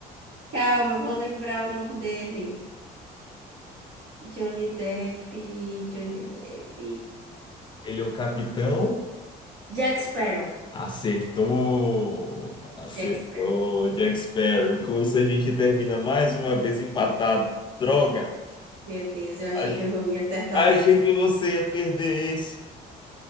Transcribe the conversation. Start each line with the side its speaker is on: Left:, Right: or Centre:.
Right: Calma, eu vou lembrar o nome dele. Johnny Depp, Johnny Depp.
Left: Ele é o capitão.
Right: Jack Sparrow.
Left: Acertou! Acertou,
Right: Jack Sparrow.
Left: Jack Sparrow. E com isso a gente termina mais uma vez empatado. Droga!
Right: Meu Deus, eu achei
Left: Ach-
Right: que eu não ia acertar
Left: Achei
Right: essa.
Left: que você ia perder esse.